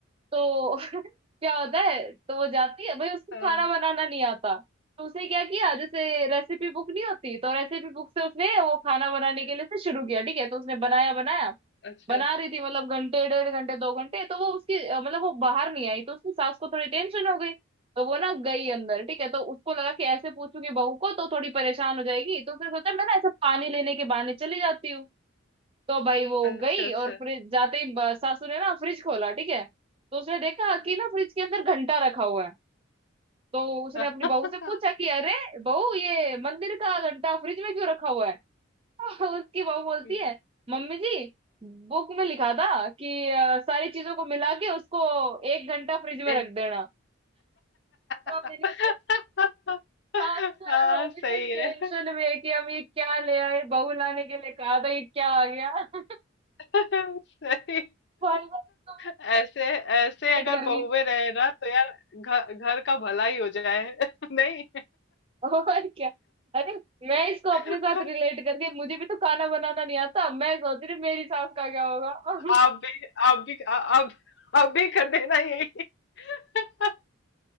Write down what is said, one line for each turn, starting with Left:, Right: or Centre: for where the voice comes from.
Right: तो <laughs> क्या होता है तो वो जाती है भाई उसको
Left: हाँ,
Right: खाना बनाना नहीं आता तो उसने क्या किया जैसे रेसिपी बुक नहीं होती तो रेसिपी बुक से उसने वो खाना बनाने के लिए से शुरू किया ठीक है तो उसने बनाया बनाया
Left: अच्छा
Right: बना रही थी मतलब घंटे डेढ़ घंटे दो घंटे तो वो उसकी अ, मतलब वो बाहर नहीं आई तो उसकी सास को थोड़ी टेंशन हो गई तो वो ना गई अंदर ठीक है तो उसको लगा कि ऐसे पूछूंगी बहू को तो थोड़ी परेशान हो जाएगी तो उसने सोचा मैं ना ऐसा पानी लेने के बहाने चली जाती हूँ तो भाई वो
Left: अच्छा
Right: गई
Left: अच्छा
Right: और फ्रिज जाते ही ब- सासू ने ना फ्रिज खोला ठीक है तो उसने देखा कि ना फ्रिज के अंदर घंटा रखा हुआ है तो उसने
Left: <laughs>
Right: अपनी बहू से पूछा कि अरे बहू ये मंदिर का घंटा फ्रिज में क्यों रखा हुआ है <laughs> उसकी बहू बोलती
Left: हम्म,
Right: है मम्मी जी बुक में लिखा था कि अ, सारी चीजों को मिला के उसको एक घंटा फ्रिज में
Left: एक
Right: रख देना तो
Left: <laughs>
Right: मैंने देखा, जो है
Left: हाँ
Right: वो अभी
Left: सही
Right: तक
Left: है
Right: टेंशन में है कि हम ये क्या ले आए बहू लाने के लिए कहा था ये क्या आ गया
Left: <laughs> सही
Right: <laughs> भाई साहब, तो
Left: ऐसे ऐसे
Right: मैं
Left: अगर
Right: लेट कर
Left: बहुएं
Right: गई
Left: रहे ना तो यार घर घर का भला ही हो जाए <laughs> नहीं
Right: <laughs> और क्या अरे मैं इसको अपने
Left: <laughs>
Right: साथ रिलेट करके मुझे भी तो खाना बनाना नहीं आता मैं सोच रही मेरी सास का क्या होगा <laughs>
Left: आप भी आप भी आप आप भी कर देना यही <laughs>